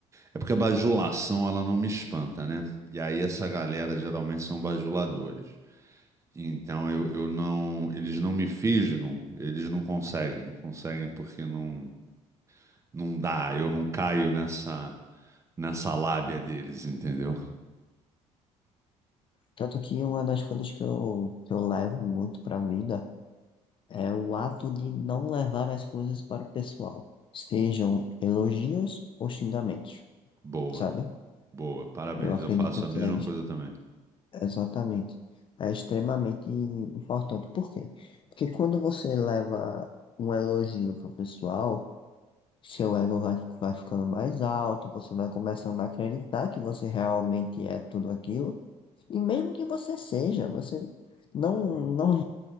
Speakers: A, on the right; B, on the left.
A: É porque a bajulação, ela não me espanta, né? E aí essa galera geralmente são bajuladores. Então eu, eu não... Eles não me fisgam, eles não conseguem, não conseguem porque não, não dá, eu não caio nessa, nessa lábia deles, entendeu?
B: Tanto que uma das coisas que eu, que eu levo muito para vida é o ato de não levar as coisas para o pessoal, sejam elogios ou xingamentos,
A: Boa,
B: sabe?
A: boa, parabéns,
B: Eu acredito
A: eu faço a
B: que
A: mesma
B: é
A: coisa também.
B: Exatamente. É extremamente importante. Por quê? Porque quando você leva um elogio pro pessoal, seu ego vai, vai ficando mais alto, você vai começando a acreditar que você realmente é tudo aquilo. E mesmo que você seja, você não, não,